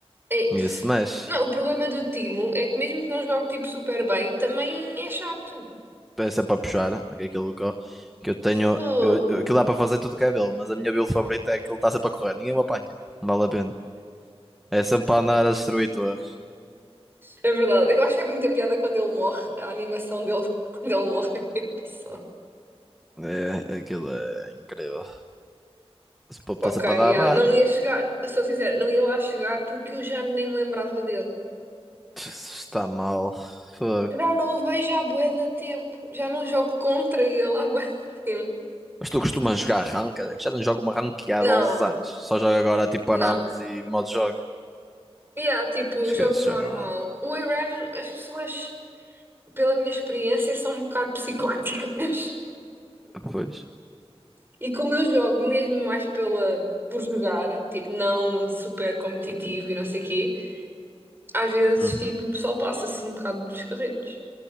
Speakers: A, on the right; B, in the centre.
A: É,
B: ninguém
A: <sighs>
B: se mexe.
A: Não, o problema do Timo é que mesmo que não jogue tipo super bem, também é chato.
B: peça para puxar, aquele do Có, que eu que eu tenho.
A: Fogo.
B: Eu, eu- aquilo dá para fazer tudo que é dele, mas a minha build favorita é que ele está sempre a correr, ninguém o apanha. Não vale a pena. É sempre para andar a destruir torres.
A: É verdade, eu acho é muita piada quando ele morre, a animação dele <laughs> quando ele morre é engraçado.
B: É, aquilo é incrível. Esse povo está
A: Ok,
B: sempre
A: yeah.
B: a dar ban.
A: Não ia chegar, sou sincera, não ia lá chegar porque eu já nem me lembrava dele.
B: Está mal. Fogo.
A: Já não o vejo há bué de tempo, já não jogo contra ele há bué de tempo.
B: Mas tu costumas jogar ranked? Já não jogo uma ranqueada
A: Não,
B: há 11 anos. Só jogo agora tipo
A: não.
B: Arames e modo jogo.
A: Yeah, tipo,
B: Esquece,
A: jogo normal.
B: já não.
A: O ARAM, as pessoas, pela minha experiência, são um bocado psicóticas. <laughs>
B: Pois.
A: E como eu jogo mesmo mais pela, por jogar, tipo, não super competitivo e não sei o quê. às vezes,
B: Uhum.
A: tipo, o pessoal passa-se um bocado dos carretos.